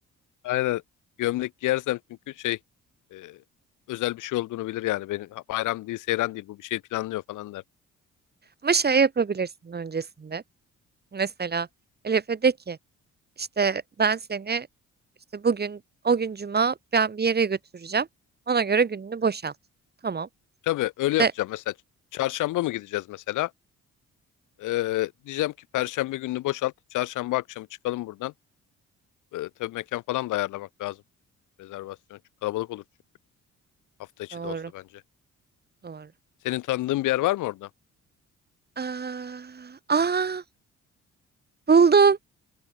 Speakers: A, on the left (about 80°); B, on the right (about 35°).
A: Aynen. Gömlek giyersem çünkü şey e, özel bir şey olduğunu bilir yani. Benim bayram değil, seyran değil bu bir şey planlıyor falan der.
B: Ama şey yapabilirsin öncesinde. Mesela Elif'e de ki İşte ben seni işte bugün o gün cuma ben bir yere götüreceğim. Ona göre gününü boşalt. Tamam.
A: Tabii öyle yapacağım.
B: De
A: Mesela çarşamba mı gideceğiz mesela? Ee, diyeceğim ki Perşembe gününü boşalt. Çarşamba akşamı çıkalım buradan. Ee, tabii mekan falan da ayarlamak lazım. Rezervasyon çok kalabalık olur çünkü. Hafta içi
B: doğru
A: de olsa bence.
B: doğru.
A: Senin tanıdığın bir yer var mı orada?
B: Aa, aa, buldum.